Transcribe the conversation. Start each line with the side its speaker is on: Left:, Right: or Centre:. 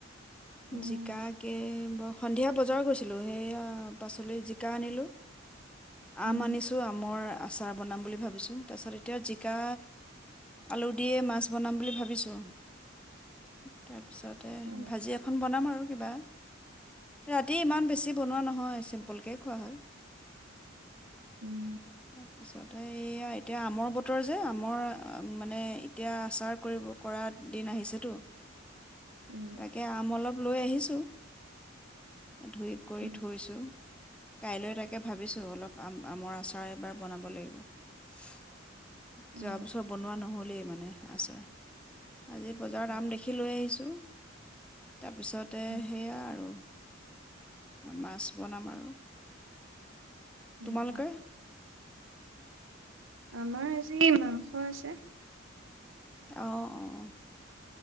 Right: উম
Centre: জিকা কে, সন্ধিয়া বজাৰ গৈছিলোঁ সেইয়া পাচলিৰ জিকা আনিলোঁ
Right: উম,
Centre: আম আনিছো আমৰ আচাৰ বনাম বুলি ভাবিছোঁ তাৰপিছত এতিয়া জিকা আলু দিয়ে মাছ বনাম বুলি ভাবিছো ত ত পিছতে
Right: অ
Centre: ভাজি এখন বনাম আৰু কিবা ৰা ৰাতি ইমান বেছি বনোৱা নহয় চিম্পল কে খোৱা হয়!
Right: উম
Centre: তাৰ পিছত, ত এইয়া এতিয়া আমৰ বতৰ যে আম, মোৰ মানে এতিয়া আচাৰ পৰা দিন আহিছেতো
Right: উম
Centre: তাকে আম অলপ লৈ আহিছো ধুই কৰি
Right: উম
Centre: থৈছোঁ কাইলৈ তাকে ভাবিছোঁ অলপ, আম আমৰ আচাৰ এবাৰ বনাব লাগিব যোৱা
Right: অ
Centre: বছৰ বনোৱা নহ'লেই মানে আছোৰ আজি বজাৰৰ
Right: অ
Centre: দাম দেখি লৈ আহিছোঁ। তাৰপিছতে
Right: উম
Centre: সেয়া আৰু, মাছ বনাম আৰু
Right: উম
Centre: তোমালোকে
Right: আমাৰ আজি মাংস আছে
Centre: অ' অহ